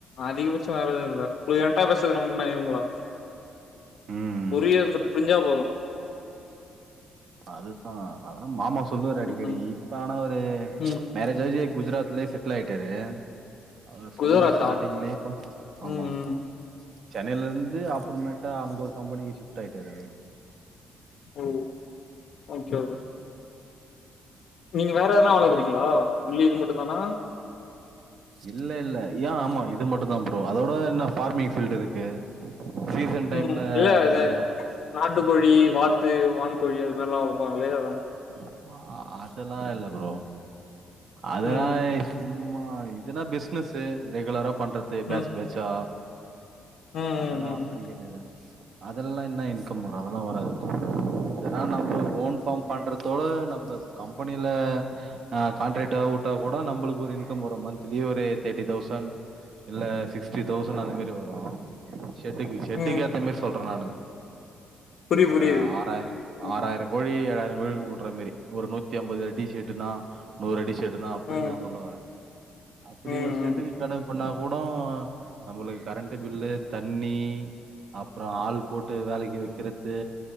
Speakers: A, on the left (about 65°); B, on the right (about 60°).
A: அதிகபட்சோ வேறெது இல்ல ஃப்லுயன்ட் டா பேச நம்ம என்ன இவுங்களா
B: ம்
A: புரியருது புரிஞ்சா போது
B: அதுதா அதா மாமா சொல்லுவாரு அடிக்கடி
A: ம்
B: இப்ப ஆனா அவரு
A: ம்
B: மேரேஜ் ஜி ஆயி குஜராத்லயே செட்டில்லாயிட்டாரு அவர் சொல்லுவாரு
A: குஜராத்தா
B: ஸ்டார்ட்டிங்லயே இப்ப ஆமா
A: ம் ம்
B: சென்னையில இருந்து அப்பறமேட்டா அங்க ஒரு கம்பெனிக்கு ஷிஃப்ட் ஆயிட்டரு அவரு
A: ஓ ஓகே ப்ரோ நீங்க வேற எதனா வளக்குறீங்களா ஒன்லி இது மட்டு தானா
B: இல்ல இல்ல ஏ ஆமா இது மட்டு தா ப்ரோ அதோட என்ன ஃபார்மிங் ஃபீல்டு இருக்கு சீசன் டைம்ல
A: ம் இல்ல
B: அந்த
A: இது நாட்டுக்கோழி வாத்து வான்கோழி அதுமாதிரில்லா வளப்பாங்களே அதா கேட்ட
B: ஆமா அதெல்லா இல்ல ப்ரோ அதலை
A: ம்
B: சும்மா இதுனா பிஸ்னஸ்சு ரெகுலரா பண்றது பேச்
A: ம்
B: பேச்சா
A: ம்
B: அதெல்லா
A: ம் ம்
B: அப்டி கடையாது அதெல்லா என்னா இன்கம் வரு அதெல்லா வராது ப்ரோ ஏன்னா நம்ம ஓன் பாம் பண்றது த்தோட நம்ப கம்பெனில அ கான்ட்ரெக்ட்டா உட்டா கூட நம்பளுக்கு ஒரு இன்கம் வரு மந்திலி ஒரு தேர்ட்டி தௌசண்ட் இல்ல சிக்ஸ்டி தௌசண்ட்அந்த மாரி வரு ஷெட்டுக்கு ஷெட்டுக்கு
A: ம்
B: ஏத்தமாரி சொல்ற நானு
A: புரிய
B: ஒரு
A: புரியுது
B: ஆறாய
A: ம்
B: ஆறாயிரம் கொழி ஏளாயிரம் கோழி வுட்ற மாரி ஒரு நூத்தி அம்பது அடி சேட்டுனா நூறு அடி ஷர் ட்டுனா அப்டி
A: ம்
B: நா சொல்ல வார அப்டி
A: ம்
B: ஒரு சேட்டுக்கு
A: ம்
B: கணக்கு பண்ணா கூட நம்மளுக்கு கரண்ட் பில்லு தண்ணி அப்புறம் ஆள் போட்டு வேலைக்கு வைக்கறது